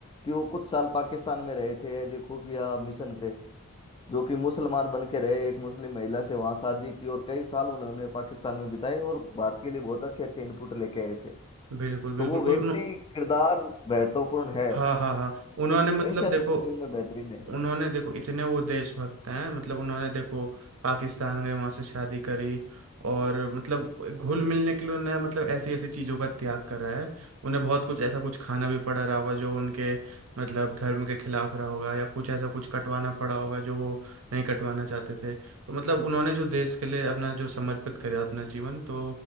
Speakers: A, on the left; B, on the right.
A: कि वो कुछ साल पाकिस्तान में रहे थे एज ए खुफिया मिशन पे जो कि मुसलमान बन के रहे एक मुस्लिम महिला से वहाँ शादी की और कई साल उन्होंने पाकिस्तान में बिताए और भारत के लिए बहुत अच्छे अच्छे इनपुट लेके आए थे
B: बिल्कुल बिल्कुल
A: तो वो व्यक्ति
B: उस नो-
A: किरदार महत्वपूर्ण है
B: हाँ हाँ हाँ उन्होंने
A: और
B: मतलब
A: इच्छा शक्ति
B: देखो
A: भी उनमें बेहतरीन है
B: उन्होंने देखो इतने वो देशभक्त हैं मतलब उन्होंने देखो पाकिस्तान गए वहां से शादी करी और मतलब घुल मिलने के लिए उन्हें मतलब ऐसी ऐसी चीजों का त्याग कर रहा है उन्हें बहुत कुछ ऐसा कुछ खाना भी पड़ा रहा होगा जो उनके मतलब धर्म के खिलाफ रहा होगा या कुछ ऐसा कुछ कटवाना पड़ा होगा जो वो नहीं कटवाना चाहते थे तो मतलब उन्होंने जो देश के लिए अपना जो समर्पित करा अपना जीवन तो